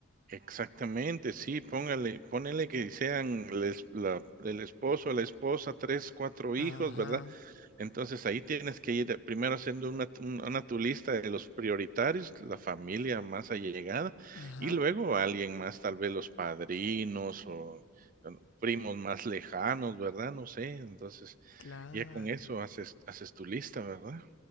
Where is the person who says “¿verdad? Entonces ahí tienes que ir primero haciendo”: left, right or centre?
Right